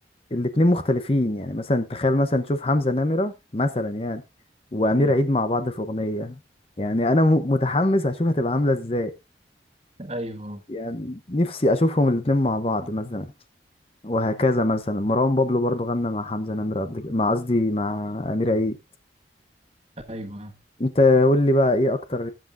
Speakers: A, on the left; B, on the right.
A: الاتنين مختلفين يعني مثلا تخيل مثلا تشوف حمزه نمره مثلا يعني وامير
B: مم.
A: عيد مع بعض في اغنيه يعني انا م- متحمس اشوف هتبقى عامله ازاي
B: ايوه آه.
A: يعني نفسي اشوفهم الاتنين مع بعض مثلا وهكذا مثلا مروان بابلو برضو غنى مع حمزة نمرة قبل كده مع قصدي مع أمير عيد
B: ايوه آه.
A: انت قول لي بقى ايه اكتر